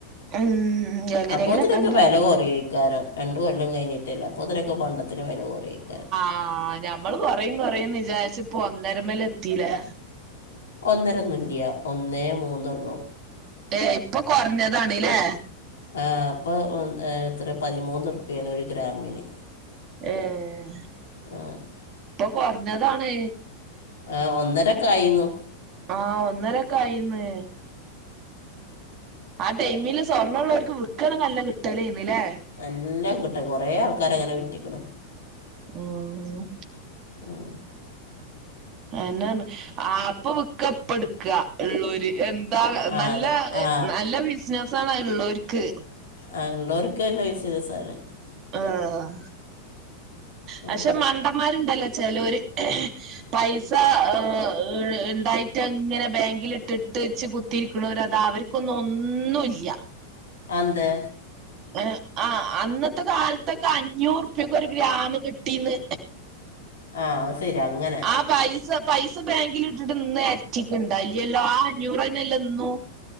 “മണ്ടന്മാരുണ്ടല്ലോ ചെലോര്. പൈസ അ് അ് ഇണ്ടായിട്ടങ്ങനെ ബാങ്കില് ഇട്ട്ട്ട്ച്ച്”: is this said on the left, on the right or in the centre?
Right